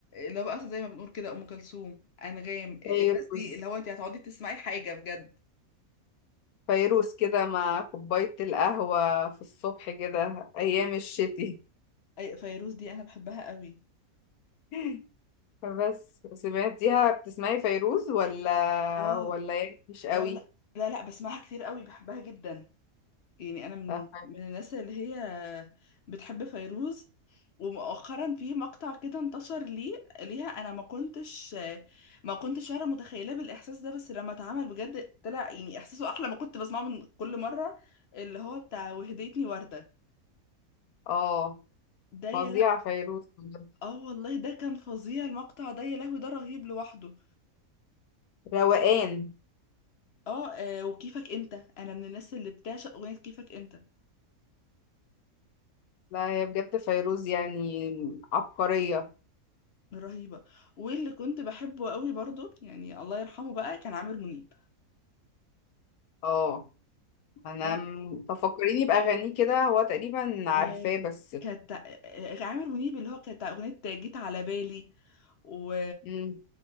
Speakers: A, on the left; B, on the left.
A: لا بقى زي ما بنقول كده ام كلثوم انغام آه،
B: فيروز
A: الناس دي اللي هو انت هتقعدي تسمعي حاجه بجد
B: فيروز كده مع كوباية القهوة في الصبح كده ايام الشتي
A: اي فيروز دي انا بحبها قوي
B: <laughs> بس سمعتيها بتسمعي فيروز ولا
A: اه
B: ولا يعني مش قوي
A: اه لا لا لا بسمعها كتير قوي بحبها جدا يعني انا
B: <laughs>
A: من
B: اه
A: من الناس اللي هي بتحب فيروز ومؤخرا في مقطع كده انتشر ليه ليها انا ما كنتش ما كنتش فعلا متخيله بالاحساس ده بس لما اتعمل بجد طلع يعني احساسه احلى ما كنت بسمعه من كل مره اللي هو بتاع وهديتني ورده
B: آه،
A: ده يا
B: فظيعة
A: لا
B: فيروز بجد.
A: اه والله ده كان فظيع المقطع ده يا لهوي ده رهيب لوحده
B: روقان
A: اه آه، وكيفك انت انا من الناس اللي بتعشق اغنيه كيفك انت
B: لا هي بجد فيروز يعني عبقرية
A: رهيبه واللي كنت بحبه قوي برضو يعني الله يرحمه بقى كان عامر منيب
B: اه انا
A: أنا-
B: م- تفكريني بأغانيه كده هو تقريبا عارفاه
A: آه،
B: بس
A: كانت آه، آه، عامر منيب اللي هو كانت أغنية جيت على بالي و
B: مم.